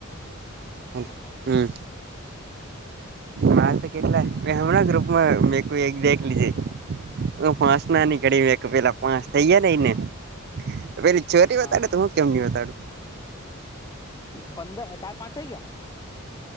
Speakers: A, on the right (about 50°); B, on the left (about 20°).
A: હમમ
B: હા હા
A: હમમ. મારે તો કેટલા મે હમણાં ગ્રુપમાં મેક્યુ એક બેક લીએ. હા પાસ ના નીકળે એને એક પેલા પાસ થઈ ગ્યા ને એને તો પેલી ચોરી બતાડે
B: હા હા
A: તો હું કેમ નહીં વતાડું
B: પંદર ટાટા કઈ ગ્યા.